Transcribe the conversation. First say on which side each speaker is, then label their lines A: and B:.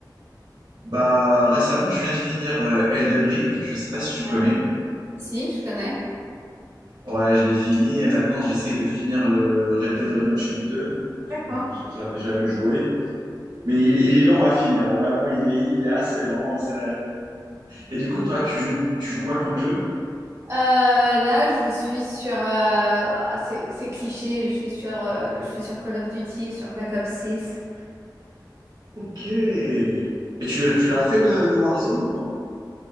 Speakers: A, on the right; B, on the right.
A: Bah, récemment, je viens de finir euh, Elden Ring. Je sais pas si tu
B: Ouais.
A: connais.
B: Si, je connais.
A: Ouais, je l'ai fini et maintenant j'essaye de finir le Red Dead Redemption deux parce
B: D'accord.
A: que je, je l'avais jamais joué. Mais il, est il est lent à finir. Vraiment, il est, il est assez lent. c'est- Et du coup, toi, tu joues, tu joues quoi comme jeu?
B: Euh, là, je suis sur. euh, ah, c'est c'est cliché, mais je suis sur, euh, je suis sur Call of Duty, sur Black Ops six.
A: Ok. Et tu, tu l'as fait le, le Warzone ou pas?